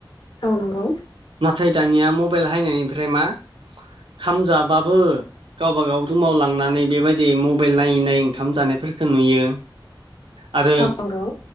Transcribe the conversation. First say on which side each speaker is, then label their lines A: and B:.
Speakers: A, on the left; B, on the right.
A: औ नंगौ
B: नाथाय दानिया मबाइल हायनायनिफ्राय मा खामजाबाबो गावबाागाव रुमाव लांनानै बेबायदि मबाइल नायै नायै ओंखाम जानायफोरखौ नुयो। आरो
A: औ नंगौ